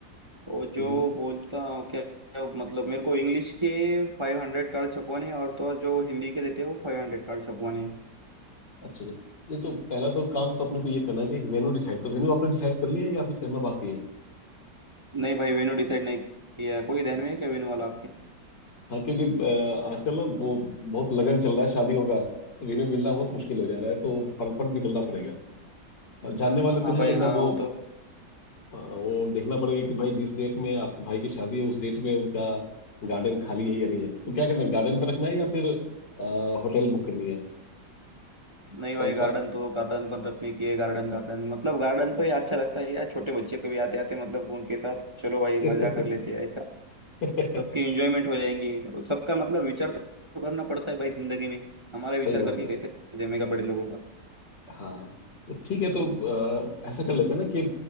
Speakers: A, on the right; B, on the left.
A: वो जो
B: हम्म।
A: बोलता हूँ क्या क्या मतलब मेरे को इंग्लिश के फाइव हंड्रेड कार्ड छपवाने हैं और तो और जो हिंदी के रहते हैं वो फाइव हंड्रेड कार्ड छपवाने हैं।
B: अच्छा अच्छा नहीं तो पहला तो काम तो अपने को ये करना है कि एक वेन्यू डिसाइड तो वेन्यू आपने डिसाइड कर लिया है या फिर करना बाकी है
A: नहीं भाई वेन्यू डिसाइड नहीं किया है। कोई ध्यान में है क्या वेन्यू वाला आपके
B: हाँ क्योंकि अ, आजकल ना वो बहुत लगन चल रहा है शादियों का तो इन्हें मिलना बहुत मुश्किल हो जा रहा है तो फटाफट निकलना पड़ेगा अब जानने वाले तो
A: हाँ
B: है
A: भाई
B: लेकिन
A: हाँ
B: अब वो
A: वो तो
B: अ, वो देखना पड़ेगा कि भाई जिस डेट में आपके भाई की शादी है उस डेट में उनका गार्डन खाली है या नहीं है तो क्या करना है गार्डन पे रखना है या फिर होटल बुक करनी है
A: नहीं भाई
B: कौन
A: गार्डन
B: सा
A: तो गार्डन बन रखने की है गार्डन गार्डन मतलब गार्डन को ही अच्छा लगता है यार छोटे बच्चे कभी आते आते मतलब उनके साथ चलो भाई
B: <laughs>
A: मजा कर लेते हैं ऐसा
B: सही
A: सबकी इंजॉयमेंट हो जाएंगी और सबका मतलब विचार तो करना पड़ता है भाई जिंदगी में हमारे विचार
B: बात
A: करके
B: है
A: कैसे जमेगा बड़े लोगों का
B: हाँ तो ठीक है तो अ, ऐसा कर लेते हैं ना कि